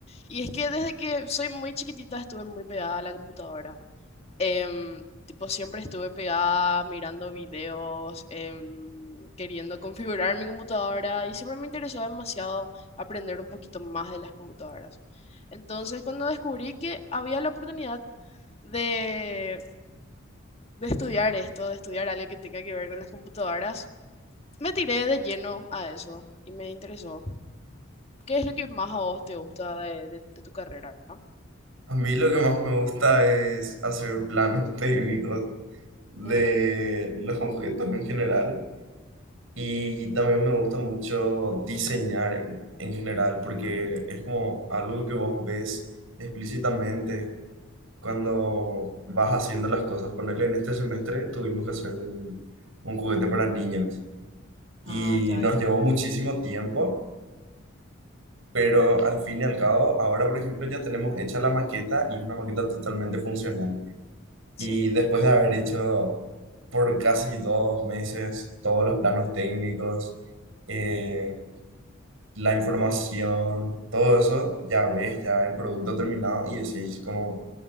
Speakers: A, on the left; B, on the right.
A: Y es que desde que soy muy chiquitita estuve muy pegada a la computadora. Em, tipo, siempre estuve pegada mirando videos, em, queriendo configurar mi computadora y siempre me interesó demasiado aprender un poquito más de las computadoras. Entonces, cuando descubrí que había la oportunidad de de estudiar esto, de estudiar algo que tenga que ver con las computadoras, me tiré de lleno a eso y me interesó. ¿Qué es lo que más a vos te gusta de, de- de tu carrera? no?
B: A mí lo que más me gusta es hacer planos <laughs> técnicos de
A: Ujú.
B: los objetos en general. Y también me gusta mucho diseñar en, en general, porque es como algo que vos ves explícitamente cuando vas haciendo las cosas. Ponerle en este semestre tuvimos que hacer un, un juguete para niños y
A: Ah, ya,
B: nos
A: ya, ya.
B: llevó muchísimo tiempo, pero al fin y al cabo, ahora por ejemplo ya tenemos hecha la maqueta y es una maqueta totalmente funcional. Y
A: Sí.
B: después de haber hecho por casi dos meses todos los planos técnicos, eh, la información, todo eso, ya ves ya el producto terminado y decís como,